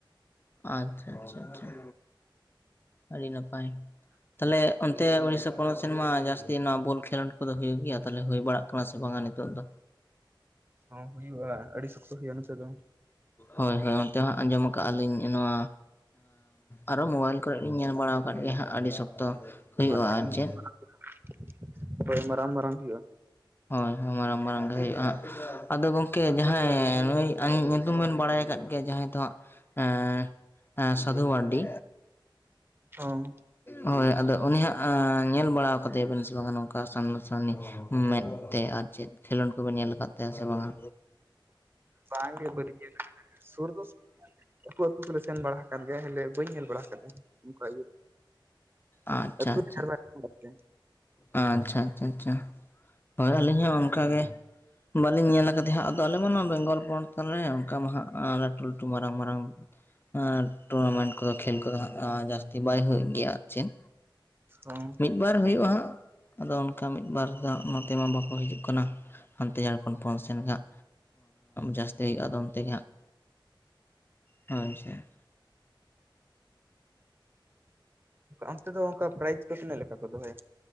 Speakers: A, on the left (about 25°); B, on the right (about 25°).
A: ᱟᱪᱪᱷᱟ ᱟᱪᱪᱷᱟ ᱟᱪᱷᱟ ᱟᱪᱷᱟ ᱟᱹᱰᱤ ᱱᱟᱯᱟᱭ ᱛᱟᱦᱚᱞᱮ ᱚᱱᱛᱮ ᱩᱲᱤᱥᱥᱟ ᱯᱚᱱᱚᱛ ᱥᱮᱱᱢᱟ ᱡᱟᱹᱥᱛᱤ ᱱᱚᱣᱟ ᱵᱚᱞ ᱠᱷᱮᱞᱳᱰ ᱠᱚᱫᱚ ᱦᱩᱭᱩᱜ ᱜᱮᱭᱟ ᱛᱟᱦᱚᱞᱮ ᱦᱩᱭ ᱵᱟᱲᱟᱜ ᱠᱟᱱᱟ ᱥᱮ ᱵᱟᱝᱟ ᱱᱤᱛᱚᱜ ᱫᱚ
B: ᱦᱚᱸ ᱦᱩᱭᱩᱜᱼᱟ ᱟᱹᱰᱤ ᱥᱚᱠᱛᱚ ᱦᱩᱭᱩᱜᱼᱟ ᱱᱚᱛᱮ ᱫᱚ
A: ᱦᱳᱭ ᱦᱳᱭ ᱚᱱᱛᱮ ᱦᱟᱸᱜ ᱟᱸᱡᱚᱢ ᱠᱟᱜᱼᱟ ᱞᱤᱧ ᱱᱚᱣᱟ ᱟᱨᱚ ᱢᱳᱵᱟᱭᱤᱞ ᱠᱚᱨᱮᱜ ᱞᱤᱧ ᱧᱮᱞ ᱵᱟᱲᱟ ᱟᱠᱟᱫ ᱜᱮᱭᱟ ᱦᱟᱸᱜ ᱟᱹᱰᱤ ᱥᱚᱠᱛᱚ ᱦᱩᱭᱩᱜᱼᱟ
B: <unintelligible>
A: ᱟᱨ ᱪᱮᱫ
B: ᱢᱟᱨᱟᱝ ᱢᱟᱨᱟᱝ ᱦᱩᱭᱩᱜᱼᱟ
A: ᱦᱳᱭ ᱦᱳᱭ ᱢᱟᱨᱟᱝ ᱢᱟᱨᱟᱝ ᱜᱮ ᱦᱩᱭᱩᱜᱼᱟ ᱦᱟᱸᱜ ᱟᱫᱚ ᱜᱚᱢᱠᱮ ᱡᱟᱦᱟᱸᱭ ᱱᱩᱭ ᱟᱧ ᱧᱩᱛᱩᱢ ᱵᱮᱱ ᱵᱟᱲᱟᱭ ᱟᱠᱟᱫ ᱡᱟᱦᱟᱸᱭ ᱫᱚ ᱮᱹᱜ ᱥᱟᱫᱷᱩ ᱢᱟᱨᱟᱱᱰᱤ
B: ᱦᱚᱸ
A: ᱦᱳᱭ ᱟᱫᱚ ᱩᱱᱤ ᱦᱟᱸᱜ ᱧᱮᱞ ᱵᱟᱲᱟᱣ ᱠᱟᱫᱮᱭᱟ ᱵᱮᱱ ᱥᱮ ᱵᱟᱝᱟ ᱱᱚᱝᱠᱟ ᱥᱟᱢᱱᱟ ᱥᱟᱢᱱᱤ ᱢᱮᱫ ᱛᱮ ᱟᱨ ᱪᱮᱫ ᱠᱷᱮᱞᱳᱰ ᱠᱚᱵᱮ ᱧᱮᱞ ᱟᱠᱟᱫ ᱛᱟᱭᱟ ᱥᱮ ᱵᱟᱝᱟ
B: ᱵᱟᱝᱜᱮ ᱵᱟᱹᱞᱤᱧ ᱧᱮᱞ ᱠᱟᱫᱟ ᱥᱩᱨ ᱫᱚᱞᱮ ᱥᱩᱨ ᱜᱮᱭᱟ ᱟᱛᱳ ᱠᱚᱞᱮ ᱥᱮᱱ ᱵᱟᱲᱟ ᱟᱠᱟᱱ ᱜᱮᱭᱟ ᱦᱮᱞᱮ ᱵᱟᱹᱧ ᱧᱮᱞ ᱵᱟᱲᱟ ᱟᱠᱟᱫᱮᱭᱟ ᱱᱚᱝᱠᱟ ᱤᱭᱟᱹ
A: ᱟᱪᱪᱷᱟ
B: ᱟᱛᱳ <unintelligible>
A: ᱟᱪᱪᱷᱟ ᱟᱪᱪᱷᱟ ᱟᱪᱪᱷᱟ ᱟᱪᱪᱷᱟ ᱦᱳᱭ ᱟᱹᱞᱤᱧ ᱦᱚᱸ ᱚᱱᱠᱟᱜ ᱜᱮ ᱵᱟᱹᱞᱤᱧ ᱧᱮᱞ ᱟᱠᱟᱫᱟ ᱦᱟᱸᱜ ᱟᱫᱚ ᱟᱞᱮ ᱢᱟ ᱱᱚᱣᱟ ᱵᱮᱝᱜᱚᱞ ᱯᱚᱱᱚᱛ ᱛᱟᱞᱮ ᱚᱱᱠᱟ ᱢᱟ ᱦᱟᱸᱜ ᱞᱟᱹᱴᱩ ᱞᱟᱹᱴᱩ ᱢᱟᱨᱟᱝ ᱢᱟᱨᱟᱝ ᱟᱨ ᱴᱩᱨᱱᱟᱢᱮᱱᱴ ᱠᱚᱫᱚ ᱠᱷᱮᱞ ᱠᱚᱫᱚ ᱦᱟᱸᱜ ᱡᱟᱹᱥᱛᱤ ᱵᱟᱭ ᱦᱩᱭᱩᱜ ᱜᱮᱭᱟ ᱟᱨ ᱪᱮᱫ
B: ᱦᱚᱸ
A: ᱢᱤᱫ ᱵᱟᱨ ᱦᱩᱭᱩᱜᱼᱟ ᱦᱟᱸᱜ ᱟᱫᱚ ᱚᱱᱠᱟ ᱢᱤᱫᱵᱟᱨ ᱫᱚ ᱱᱚᱛᱮ ᱢᱟ ᱵᱟᱠᱚ ᱦᱤᱡᱩᱜ ᱠᱟᱱᱟ ᱦᱟᱱᱛᱮ ᱡᱷᱟᱲᱠᱷᱚᱸᱰ ᱯᱚᱱᱚᱛ ᱥᱮᱱ ᱠᱟᱜ ᱡᱟᱹᱥᱛᱤ ᱦᱩᱭᱩᱜᱼᱟ ᱟᱫᱚ ᱚᱱᱛᱮᱜᱮ ᱦᱟᱸᱜ ᱦᱳᱭ ᱥᱮ
B: ᱚᱱᱛᱮ ᱫᱚ ᱚᱱᱠᱟ ᱯᱨᱟᱭᱤᱡ ᱠᱚ ᱛᱤᱱᱟᱹᱜ ᱞᱮᱠᱟ ᱠᱚ ᱫᱚᱦᱚᱭᱟ